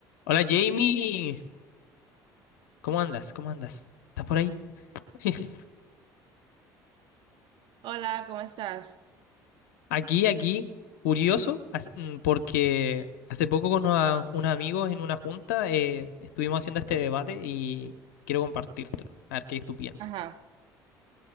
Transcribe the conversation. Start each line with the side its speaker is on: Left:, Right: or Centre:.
Left: Hola Jamie, ¿cómo andas? ¿Cómo andas? ¿Estás por ahí? <laughs>
Right: Hola, ¿cómo estás?
Left: Aquí, aquí, curioso, as- mm, porque hace poco con una- unos amigos en una junta eh, estuvimos haciendo este debate y quiero compartírtelo, a ver qué tú piensas.
Right: Ajá.